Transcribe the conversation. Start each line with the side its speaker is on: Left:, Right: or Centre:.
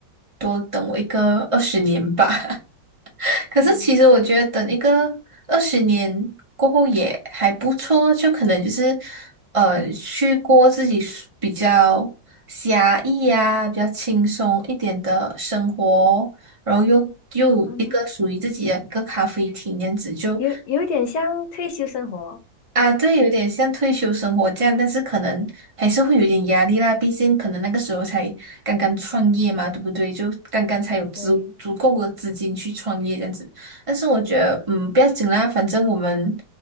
Right: 多等我一个二十年吧。<laughs> 可是其实我觉得等一个二十年过后也还不错，
Left: 嗯，
Right: 就可能就是呃去过自己舒比较狭义呀、比较轻松一点的生活哦，然后又又有一个属于自己的一个咖啡厅，
Left: 哦，
Right: 这样子就。
Left: 有有一点像退休生活。
Right: 啊，对，有点像退休生活这样，但是可能还是会有点压力啦。毕竟可能那个时候才刚刚创业嘛，对不对？就刚刚才有足足够的资金去创业这样子。
Left: 对，
Right: 但是我觉得，嗯，不要紧啦，反正我们